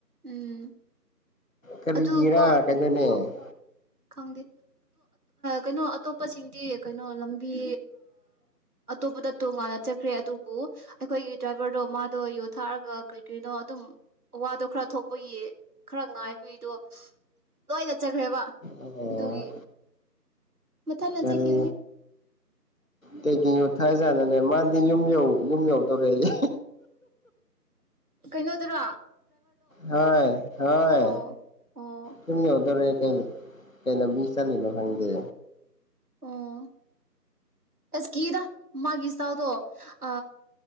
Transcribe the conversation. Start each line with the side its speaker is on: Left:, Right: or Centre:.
Right: ꯎꯝ
Left: ꯀꯔꯤꯒꯤꯔꯥ
Right: ꯑꯗꯨꯀꯣ
Left: ꯀꯩꯅꯣꯅꯦ
Right: ꯈꯪꯗꯦ ꯀꯩꯅꯣ ꯑꯇꯣꯞꯄꯁꯤꯡꯗꯤ ꯀꯩꯅꯣ ꯂꯝꯕꯤ ꯑꯇꯣꯞꯄꯗ ꯇꯣꯉꯥꯟꯅ ꯆꯠꯈ꯭ꯔꯦ ꯑꯗꯨꯕꯨ ꯑꯩꯈꯣꯏꯒꯤ ꯗ꯭ꯔꯥꯏꯕꯔꯗꯣ ꯃꯗꯣ ꯌꯨꯊꯛꯑꯒ ꯀꯔꯤ ꯀꯔꯤꯅꯣ ꯑꯗꯨꯝ ꯋꯥꯗꯣ ꯈꯔ ꯊꯣꯛꯄꯒꯤ ꯈꯔ ꯉꯥꯏꯕꯏꯗꯣ ꯂꯣꯏꯗ ꯆꯠꯆꯈ꯭ꯔꯦꯕ
Left: ꯑꯣ
Right: ꯑꯗꯨꯒꯤ ꯃꯊꯟꯅ
Left: ꯀꯔꯤ
Right: ꯆꯠꯈꯤꯕꯅꯤ
Left: ꯀꯩꯒꯤꯅꯣ ꯊꯥꯖꯟꯅꯦ ꯃꯥꯗꯤ ꯌꯨꯝ ꯌꯧ ꯌꯨꯝ ꯌꯧꯗꯧꯔꯦꯌꯦ
Right: ꯀꯩꯅꯣꯗꯨꯔꯣ
Left: ꯍ ꯍꯣꯏ
Right: ꯑꯣ ꯑꯣ
Left: ꯌꯨꯝ ꯌꯧꯗꯨꯔꯦ ꯀ ꯀꯩ ꯂꯝꯕꯤ ꯆꯠꯂꯤꯅꯣ ꯍꯪꯒꯦ
Right: ꯑꯣ ꯑꯁ ꯀꯤꯗ ꯃꯥꯒꯤ ꯏꯁꯇꯜꯗꯣ ꯑ